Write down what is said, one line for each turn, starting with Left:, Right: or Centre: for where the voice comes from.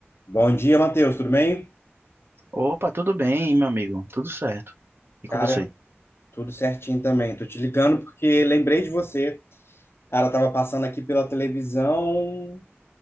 Left: Bom dia, Matheus, tudo bem?
Right: Opa, tudo bem, meu amigo? Tudo certo. E com
Left: Cara,
Right: você?
Left: tudo certinho também. Tô te ligando porque lembrei de você. Cara, eu tava passando aqui pela televisão,